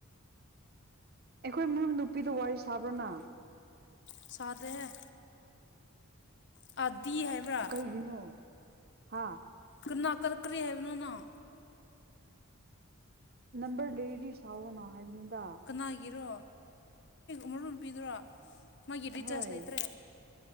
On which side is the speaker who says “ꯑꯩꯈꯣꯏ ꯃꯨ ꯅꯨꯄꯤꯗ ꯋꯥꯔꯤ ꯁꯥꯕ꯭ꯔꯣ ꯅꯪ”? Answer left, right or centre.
Right